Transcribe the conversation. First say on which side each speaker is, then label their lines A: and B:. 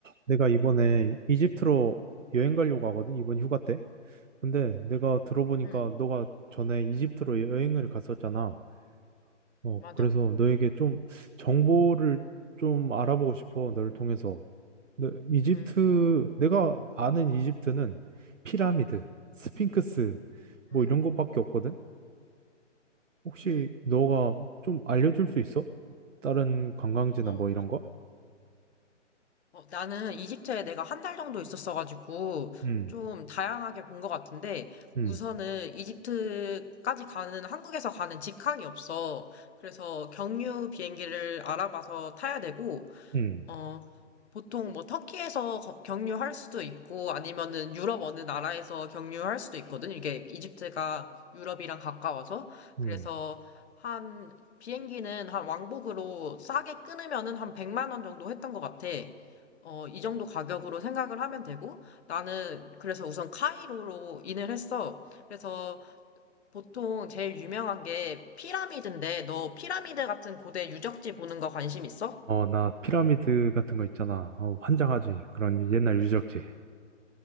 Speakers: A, on the right; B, on the left.
A: 내가 이번에 이집트로 여행 가려고 하거든, 이번 휴가 때. 근데 내가 들어보니까
B: 응,
A: 너가 전에 이집트로 여행을 갔었잖아. 어,
B: 맞아.
A: 그래서 너에게 좀 정보를 좀 알아보고 싶어, 너를 통해서. 근데 이집트,
B: 응,
A: 내가 아는 이집트는 피라미드, 스핑크스, 뭐
B: 응,
A: 이런 것밖에 없거든? 혹시
B: 응.
A: 너가 좀 알려줄 수 있어? 다른 관광지나
B: 어,
A: 뭐 이런 거?
B: 어, 나는 이집트에 내가 한 달 정도 있었어가지고
A: 음,
B: 좀 다양하게 본 것 같은데
A: 음,
B: 우선은 이집트까지 가는 한국에서 가는 직항이 없어. 그래서 경유 비행기를 알아봐서 타야 되고
A: 음,
B: 어, 보통 뭐 터키에서 거- 경유할 수도 있고 아니면은 유럽 어느 나라에서 경유할 수도 있거든. 이게 이집트가 유럽이랑 가까워서. 그래서
A: 음.
B: 한 비행기는 한 왕복으로 싸게 끊으면은 한 100만 원 정도 했던 것 같아. 어, 이 정도 가격으로 생각을 하면 되고 나는 그래서 우선 카이로로 인을 했어. 그래서 보통 제일 유명한 게 피라미드인데 너 피라미드 같은 고대 유적지 보는 거 관심 있어?
A: 어, 나 피라미드 같은 거 있잖아. 어, 환장하지. 그런 옛날 유적지.